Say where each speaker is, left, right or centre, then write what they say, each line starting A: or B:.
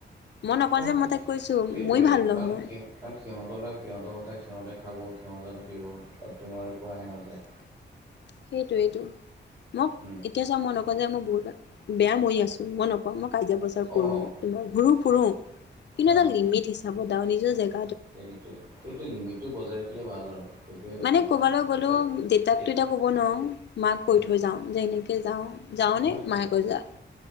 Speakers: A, on the left; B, on the right.
A: মই নকওঁ
B: কাৰণ
A: যে মই তাইক কৈছো
B: সেইটোৱেটো
A: মই ভাল নহয়।
B: কাৰণ সিহ কাৰণ সিহঁতে লাইভ সিহঁতৰ কথা সিহঁতে খাব সিহঁতে থাকিব তাত তোমাৰ একোৱাহে নাযায়।
A: <unintelligible> সেইটোৱেটো মোক
B: উম,
A: এতিয়া চাও, মই নকও যে মই বহুতত ভাল, বেয়া মই আছো মই নকও। মই কাজিয়া পেচাল কৰো
B: অ',
A: তোমাৰ ঘুুৰো ফুুৰো কিন্তু
B: অ',
A: এটা লিমিট হিচাপত আৰু নিজৰ জেগা
B: সেইটোৱে সেইটো লিমিটটো বজাই ৰাখিলে ভাল আৰু সেইটোৱে কথা।
A: মানে ক'বালৈ গ'লেও
B: এতিয়া
A: দেউতাকটো এতিয়া ক'ব নোৱাৰো মাক কৈ
B: উম,
A: থৈ যাও যে এনেকে যাও, যাওনে
B: নহয়
A: মায়ে
B: এ
A: কৈ যা